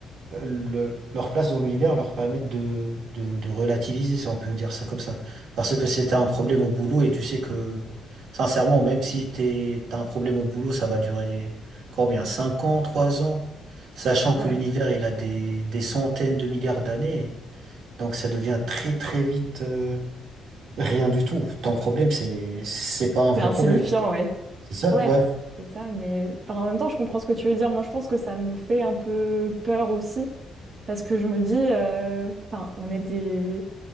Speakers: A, on the right; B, on the right.
A: le- leur place dans l'univers leur permet de, de, de relativiser, si on peut dire ça comme ça. Parce que si t'as un problème au boulot et tu sais que, sincèrement, même si t'es, t'as un problème au boulot, ça va durer combien? cinq ans, 3 ans? Sachant que
B: ouais.
A: l'univers, il a des, des centaines de milliards d'années. Donc ça devient très très vite euh, rien du tout. Ton problème, c'est, c'est pas un vrai
B: C'est insignifiant,
A: problème.
B: ouais.
A: C'est ça,
B: Ouais,
A: ouais.
B: c'est ça, mais enfin, en même temps, je comprends ce que tu veux dire. Moi, je pense que ça me fait un peu peur aussi, parce que je me dis, euh, enfin, on est des,